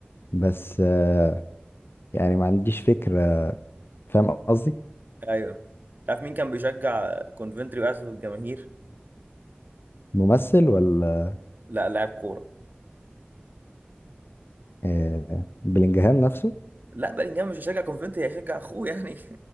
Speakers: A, on the left; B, on the right.
A: بس آه يعني ما عنديش فكرة فاهم قصدي
B: ايوه تعرف مين كان بيشجع كونفنتري وقاعد في الجماهير
A: ممثل ولا
B: لا لاعب كوره
A: آه بلينجهام نفسه
B: لا بيلينجهام مش هيشجع كونفنتري هيشجع اخوه يعني <laughs>